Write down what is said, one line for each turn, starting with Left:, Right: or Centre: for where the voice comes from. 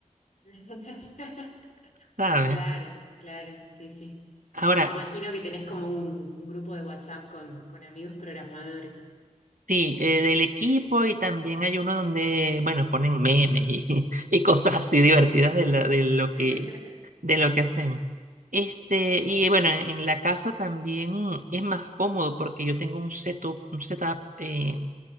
Left: <laughs>
Right: ¿sabes?
Left: Claro, claro, sí, sí.
Right: Ahora,
Left: Imagino que tenés como un, un grupo de WhatsApp con, con amigos programadores.
Right: sí, eh, del equipo y también hay uno donde, bueno, ponen memes y, <laughs> y cosas así divertidas
Left: Claro.
Right: de, la- de lo
Left: <laughs>
Right: que, de lo que hacemos. Este, y bueno, en, en la casa también es más cómodo porque yo tengo un setup, un setup eh,